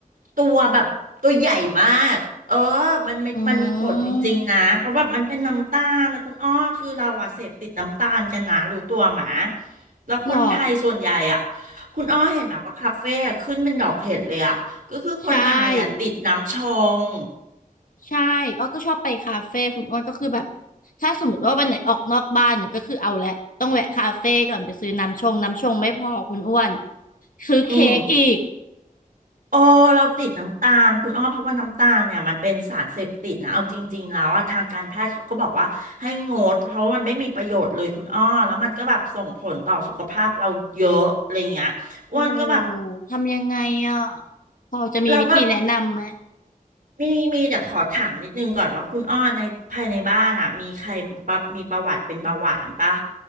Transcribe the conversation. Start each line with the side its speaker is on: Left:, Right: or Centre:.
Right: ตัวแบบตัวใหญ่มากเออมันมันมันมีผลจริงๆนะเพราะแบบมันเป็นน้ำตาลนะคุณอ้อคือเราอะเสพติดน้ำตาลกันนะรู้ตัวหมา
Left: อืม
Right: แล้วคนไทยส่วนใหญ่อ่ะ
Left: หรอ
Right: คุณอ้อเห็นไหมาว่าคาเฟ่อะขึ้นเป็นดอกเห็ดเลยอ่ะก็คือคนไทยอ่ะติดน้ำชง
Left: ใช่ใช่อ้อก็ชอบไปคาเฟ่คุณอ้วนก็คือแบบถ้าสมมติว่าวันไหนออกนอกบ้านเนี่ยก็คือเอาแหละต้องแวะคาเฟ่ก่อนไปซื้อน้ำชงน้ำชงไม่พอคุณอ้วนซื้อเค้กอีก
Right: อืม โอ้เราติดน้ำตาลคุณอ้อเพราะว่าน้ำตาลเนี่ยมันเป็นสารเสพติดนะเอาจริงๆแล้วอะทางการแพทย์เขาก็บอกว่าให้งดเพราะว่ามันไม่มีประโยชน์เลยคุณอ้อแล้วมันก็แบบส่งผลต่อสุขภาพเราเยอะอะไรเงี้ยอ้วนก็แบบ
Left: โอ้ทำยังไงอ่ะพอจะมีวิธีแนะนำไหม
Right: เราแบบมีมีแต่ขอถามนิดนึงก่อนว่าคุณอ้อในภายในบ้านอะมีใครปะมีประวัติเป็นเบาหวานปะ